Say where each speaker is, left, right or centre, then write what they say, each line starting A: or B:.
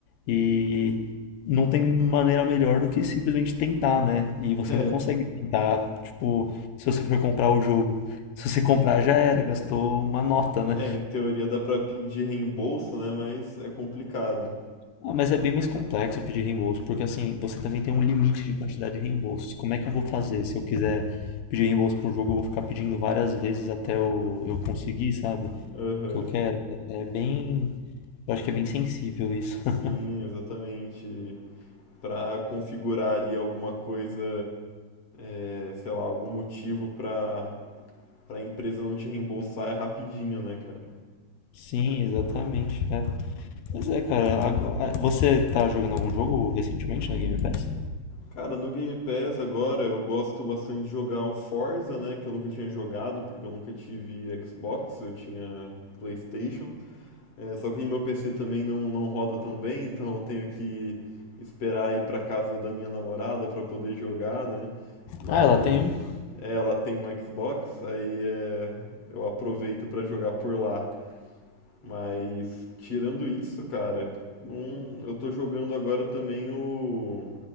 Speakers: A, on the left (about 85°); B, on the left (about 60°).
A: E não tem maneira melhor do que simplesmente tentar, né? E você
B: <laughs>
A: não consegue tentar, tipo, se você for comprar o jogo. Se você comprar, já era, gastou uma nota, né?
B: É, é, em teoria dá pra pedir reembolso, né? Mas é complicado.
A: Ah, mas é bem mais complexo pedir reembolso, porque assim, você também tem um limite de quantidade de reembolsos. Como é que eu vou fazer? Se eu quiser pedir reembolso pro jogo, eu vou ficar pedindo várias vezes até eu, eu conseguir, sabe? O
B: Aham.
A: que eu quero. É, é bem. Eu acho que é bem sensível isso.
B: Sim,
A: <laughs>
B: exatamente. Pra configurar ali alguma coisa, é, sei lá, algum motivo pra, pra empresa não te reembolsar é rapidinho, né, cara?
A: Sim, exatamente. É. Mas é, cara, agora- é, você tá jogando algum jogo recentemente na Game Pass?
B: Cara, no Game Pass agora eu gosto bastante de jogar o Forza, né? Que eu nunca tinha jogado porque eu nunca tive Xbox, eu tinha PlayStation. É, só que no meu PC também não, não roda tão bem, então eu tenho que esperar ir pra casa da minha namorada pra poder jogar, né? Mas
A: Ah, ela tem
B: é, ela tem um Xbox, aí é, eu aproveito pra jogar por lá. Mas tirando isso, cara, não, eu tô jogando agora também o.